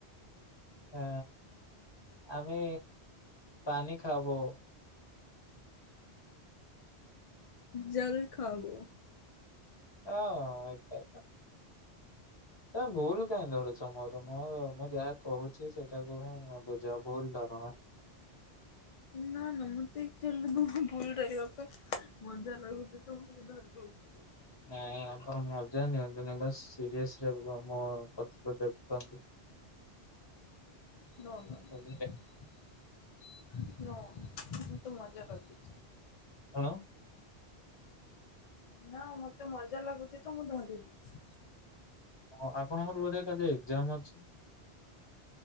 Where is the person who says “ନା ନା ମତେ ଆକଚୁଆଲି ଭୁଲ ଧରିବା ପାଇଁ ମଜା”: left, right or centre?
Left